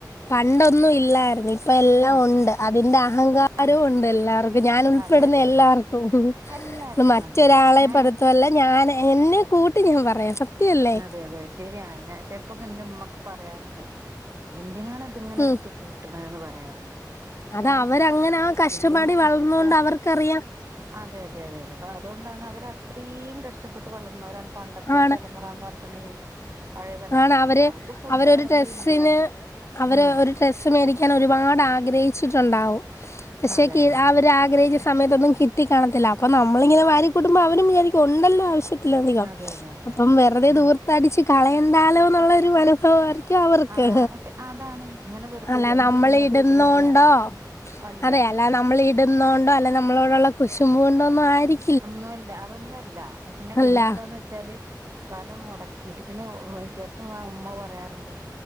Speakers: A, on the left; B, on the right.
A: പണ്ടൊന്നും ഇല്ലായ്ര്ന്നി. ഇപ്പ എല്ലാം
B: ആ
A: ഒണ്ട് അതിന്റെ അഹങ്കാരോം
B: ആ
A: ഒണ്ട് എല്ലാർക്കും ഞാൻ ഉൾപ്പെടുന്ന
B: അതെ അതെ
A: എല്ലാർക്കും.
B: അതെ എല്ലാർക്കും
A: ത് മറ്റൊരാളെ
B: അതെ അതെ ഞാന്
A: പെടുത്തുവല്ല ഞാൻ എന്നെ കൂട്ടി ഞാൻ പറയാം സത്യല്ലേ
B: അതെ അതെ ശെരിയാണ് ഞാൻ ചെലപ്പോക്കെ എന്റെ ഉമ്മക്ക് പറയാറുണ്ട് എന്തിനാണ് ഇതിങ്ങനെ
A: ഉം
B: എടുത്തു കൂട്ടണേന്ന് പറയാറുണ്ട്
A: അത്
B: ഏ
A: അവരങ്ങനാ കഷ്ടപ്പാടിൽ
B: ശരിയാണ്
A: വളർന്നൊണ്ട്
B: അപ്പൊ
A: അവർക്കറിയാം
B: അതെ അതെ അതെയതെ അപ്പൊ അതുകൊണ്ടാണ് അവരത്രേം കഷ്ടപ്പെട്ട് വളർന്നവരാണ് പണ്ടത്തെ
A: ആണ്
B: തല പറഞ്ഞിട്ടുണ്ടെങ്കി പഴയ തലമുറേന്ന്
A: ആണ് അവര്
B: പറഞ്ഞാ അവർക്ക് ഫുഡാണെങ്കിലും
A: അവരൊരു ഡ്രസ്സിന്
B: ഇല്യ
A: അവര്
B: ഉം
A: ഒരു ഡ്രസ്സ് മേടിക്കാൻ ഒരുപാട് ആഗ്രഹിച്ചിട്ടൊണ്ടാവും പക്ഷെങ്കിൽ
B: അതെ അതെ അതെ
A: അവര് ആഗ്രഹിച്ച സമയത്തൊന്നും കി ട്ടിക്കാണത്തില്ല അപ്പം നമ്മളിങ്ങനെ വാരി കൂട്ടുമ്പോ അവരും വിചാരിക്കും ഒണ്ടല്ലോ ആവശ്യ ത്തിലധികം
B: അതെ അതെ
A: അപ്പം
B: അതെ
A: വെറുതെ
B: അതെ അതെ
A: ദൂർത്തടിച്ച് കളയണ്ടാലോന്നുള്ള ഒരു മന സ്സ്ഓ ആർക്കും അവർക്ക്
B: ആ ആ ശ- അതാണ് ഇങ്ങനെ വെറുതെ
A: അല്ലാതെ
B: എന്നിട്ട്
A: നമ്മള്
B: പിന്നെ അത്
A: ഇടുന്നൊണ്ടോ
B: ഇടൂല്ല അല്ല
A: അതെ അല്ലാതെ നമ്മള് ഇടുന്നൊണ്ടോ അല്ലെ നമ്മളോടുള്ള കുശുമ്പു കൊണ്ടൊന്നും ആരിക്
B: ഒന്നുവല്ല അതൊന്നുവതല്ല അത് പിന്നെ പിന്നെ
A: അല്ല
B: എന്താന്ന് വെച്ചാ ല് സ്ഥലം മൊടക്കിട്ട് പിന്നെ ഓഹ് ഏഹ് ചെല്പം ഉമ്മ പറയാറുണ്ട്